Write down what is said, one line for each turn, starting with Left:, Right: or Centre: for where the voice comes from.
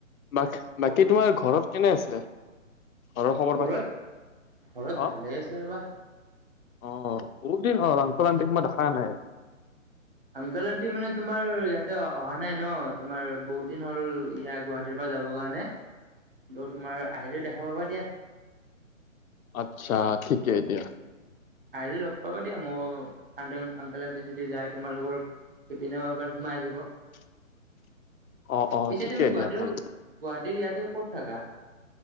Left: ব বাকী
Right: হ'ব
Left: তোমাৰ ঘৰত কেনে আছে। ঘৰৰ খবৰ
Right: ঘৰত
Left: পাতি
Right: ঘৰত
Left: অ
Right: ভালে আছে ৰবা।
Left: অ বহুত দিন অ ৰাংস ৰানতে কা দেখা নাই
Right: অংকেল আন্টি মানে তোমাৰ ইয়াতে অহা নাই ন। তোমাৰ বহুত দিন হ'ল ইয়া গুৱাহাটীৰ পৰা যাবৰ কাৰণে ত তোমাৰ আহে। দেখা পাবা দিয়া।
Left: আচ্ছা ঠিকে এতিয়া।
Right: আহিলে লগ পাবা দিয়া মোৰ আ আকাল আটি যদি যায় তোমাল লগোকৰ ইপিনেও এবাৰ সোমাই আহিব।
Left: <unintelligible> অ',
Right: পিছে
Left: ঠিকে
Right: তুমি গুৱাহাটীৰ
Left: দিয়া ভাল।
Right: গুৱাহাটীৰ ইয়াতে ক'ত থাকা।